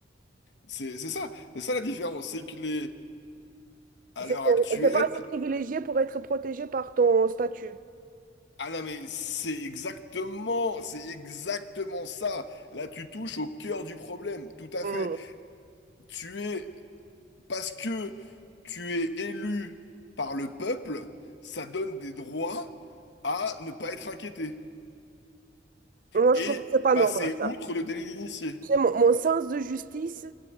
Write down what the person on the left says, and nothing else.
C'est c'est ça. C'est ça la différence. C'est que les. À
l'heure actuelle,
ah non mais c'est exactement, c'est exactement ça. Là, tu touches au cœur du problème, tout à
fait. Tu es, parce que tu es élu par le peuple, ça donne des droits à ne pas être inquiété.
et
passer
outre le délit d'initié.